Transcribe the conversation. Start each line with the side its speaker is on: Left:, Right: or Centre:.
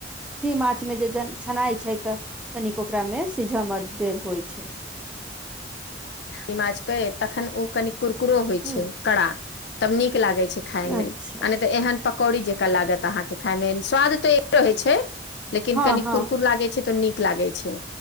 Centre: सेम आँच मे जे छनाइ छै तऽ कनिक ओकरा में सिझ में देर होइ छै
Left: इ माच पे तखन ओ कनि कुरकुरो होइ
Centre: हूँ
Left: छै कड़ा तब नीक लागे छै। खायमे
Centre: अच्छा
Left: आ नै तऽ एहन पकौड़ी जेका लागत अहाँकेँ खाय में स्वाद तऽ रहै छै। लेकिन
Centre: हँ
Left: कनि
Centre: हँ
Left: कुरकुर लागै छै तऽ नीक लागै छै।